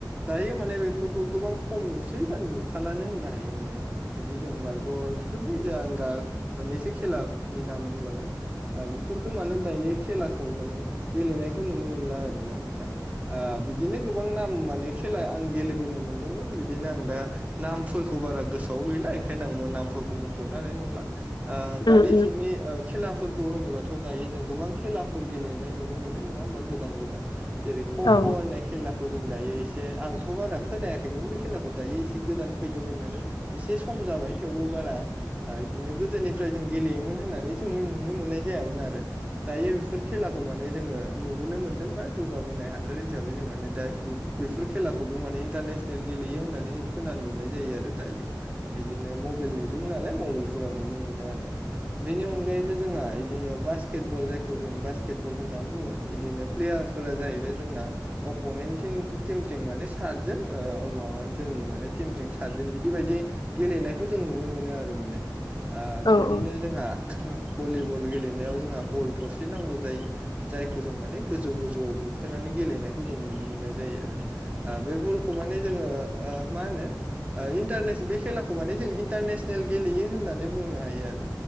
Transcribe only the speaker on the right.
दायो माने बेफोरखौ गोबां खम नुसै बा नुखालानो होननो हायो माने बिदि जों मालबेरि बेफोरनि ज आं दा मोननैसो खेलानि नाम बुंलांदों। बेफोरखौ मानो दायो खेलाखौ माने गेलेनायखौ नुनो मोनला आरो ना नों बिदिनो गोबां नाम माने खेला आं गेलेबोनो मोन्दोंमोन बिदिनो आं दा नामफोरखौ बारा गोसोआव गैला बेखायनो आं नामफोरखौ मख'नो हानाय नंला आरो। आ
दानि
जुगावनि ओ खेलाफोरखौ होनोबाथ' दायो जों गोबां खेलाफोर गेलेनाय नुनो मोनो नङा होमबा गोदान गोदान। जेरै खक'
होननाय खेलाखौ जों दायो एसे आंथ' बारा खोनायाखैमोन बे खेलाखौ दायो एसे गोदान फैदों होननानै। एसे सम जाबाय थेवबो बारा इदिनो गोदोनिफ्राय जों गेलेयोमोन होननानै जों नुनो मोननाय जा जायामोन आरो दायो बेफोर खेलाखौ माने जोङो नुबोनो मोनदोंबा। जौगाबोनाय हादोर हिसाबै जों माने दा बेफोर खेला खौबो माने इन्टारनेसनेल गेलेयो होननानै जों खोनानो मोननाय जायो आरो दायो। बिदिनो मबाइलनि जुगाव नालाय मबाइलफोराव नुनो मोनो आरो। बेनि अनगायैबो जोंहा इदिनो बास्केट बल जायखौ जों बास्केट बल होनना बुङो इदिनो प्लेयार फोर जाहैबाय जोंना अपनेन्ट टिमथिं माने सातजन माबा जोंनि माने टिमथिं सातजन बिदि बायदि। गेलेनायखौ जों नुनो मोनो आरो माने
बिदिनो
जोंहा भलिबल गेलेनायाव जोंहा बल थरसे नांगौ जायो। जायखौ जों माने गोजौ गोजौ जौआव बुखोनानै गेलेनायखौ जों नुनो मोननाय जायो आरो। बे बलखौ माने जोङो मा होनो। इन्टारनेस बे खेलाखौ माने जोङो इन्टारनेसनेल गेलेयो होननानै बुंनो हायो।